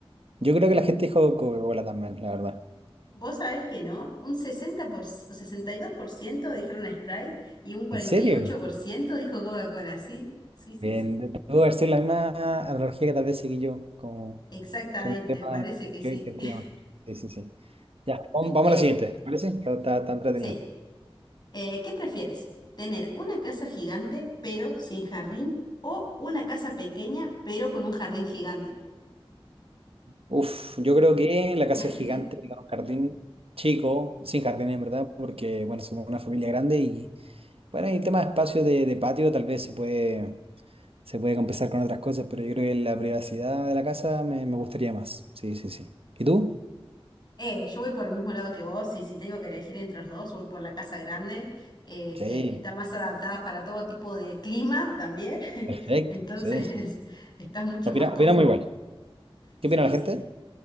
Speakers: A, on the right; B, on the left.
A: Yo creo que la gente dijo Coca-Cola también, la verdad.
B: Vos sabés que no, un sesenta por, c- 62% dijeron Sprite y un cuarenta
A: ¿En serio?
B: y ocho por ciento dijo Coca-Cola, sí, sí, sí,
A: Bien,
B: sí.
A: de- debo haber sido la misma analogía que tal vez seguí yo, como,
B: Exactamente,
A: como un tema
B: me parece que sí.
A: que hoy gestión.
B: <laughs>
A: Sí, sí, sí. Ya, vam- vamos
B: Eh,
A: a la siguiente, ¿te parece? Está, está- está entretenido.
B: sí. Eh, ¿qué prefieres? ¿Tener una casa gigante pero sin jardín o una casa pequeña pero con un jardín gigante?
A: Uf, yo creo que la casa
B: <laughs>
A: es gigante, era un jardín chico, sin jardín en verdad, porque, bueno, somos una familia grande y... Bueno, y el tema de espacio de, de patio tal vez se puede, se puede compensar con otras cosas, pero yo creo que la privacidad de la casa me, me gustaría más. Sí, sí, sí. ¿Y tú?
B: Eh, yo voy por el mismo lado que vos y si tengo que elegir entre los dos, voy por la casa grande. eh,
A: Sí,
B: te- está más adaptada para todo tipo de clima también, <laughs>
A: perfecto.
B: entonces
A: Sí, sí. sí.
B: <laughs> estás mucho
A: Opina-
B: más cómodo.
A: opinamos igual. ¿Qué
B: Sí,
A: opina la gente?
B: sí.